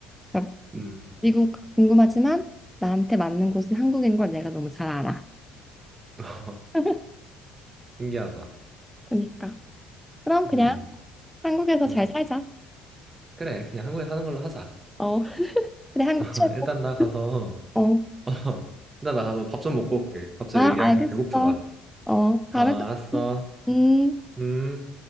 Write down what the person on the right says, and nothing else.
음,
<laughs>
신기하다.
음,
음.
그래, 그냥 한국에 사는 걸로 하자.
<laughs>
일단 나 가서,
<laughs> 일단 나 가서 밥 좀 먹고 올게. 갑자기
얘기하니까
배고프다.
아,
알았어.
음.